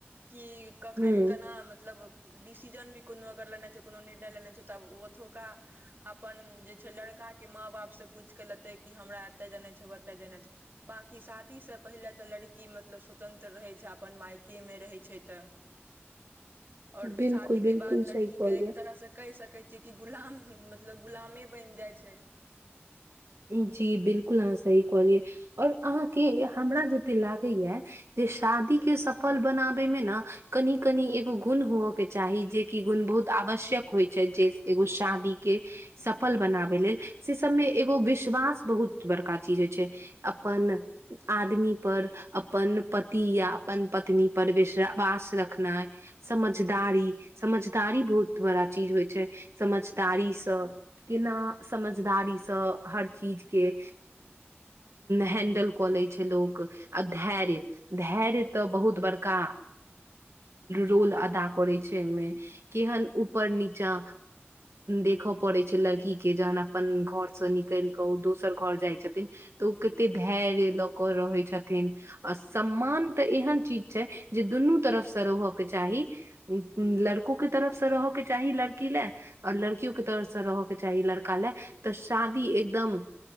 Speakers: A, on the right (about 50°); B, on the right (about 85°).
A: की कखन
B: हूँ
A: कना मतलब डिसीजन भी कोनो अगर लेना छै, कोनो निर्णय लेना छै तब ओथुका अपन जे छै लड़का के माँ बाप से पूछि क लेतै कि, हमरा एते जेनाइ छै ओतै जनाइ छै। बांकी शादी से पहिले त लड़ की मतलब स्वतन्त्र रहै छै, अपन मायकेमे रहय छै तऽ। और
B: बिल्कुल
A: शादी
B: बिल्कुल
A: के बाद लड़कीे
B: सही कहलियै
A: के एक तरहस कहि सकै छि कि, गुलाम मतलब गुलामे बनि जाइ छै।
B: जी बिल्कुल अहाँ सही कहलियै और अहाँके हमरा जते लागैया जे शादी के सफल बनाबे मे ने, कनि- कनि एगो गुण हुअ के चाही जे की गुण बहुत आवश्यक होइ छे, जे एगो शादी के सफल बनाबै लेल से सबमे एक एगो विश्वास बहुत बड़का चीज होइ छै, अपन आदमी पर अपन पति या अपन पत्नी पर विस वास रखनाइ। समझदारी समझदारी बहुत बड़ा चीज होइ छै समझदारीस केना समझदारीस हर चीजके हैंडल कऽ लै छै लोक आ धैर्य धैर्य तऽ बहुत बड़का रोल अदा करय छै अय मे केहन ऊपर नीचा देख परय छै लड़की के जहन अपन घर स निक केल कऽ ओ दोसर घर जाइ छथिन तऽ ओ कते धैर्य लऽ क रहै छथिन। आ सम्मान तऽ एहन चीज छै, जे दुनू तरफसँ रह के चाही। लड़को के तरफ से रह के चाही लड़की ले और लड़कियो के तरसँ रहयके चाही लड़का ले तऽ शादी एकदम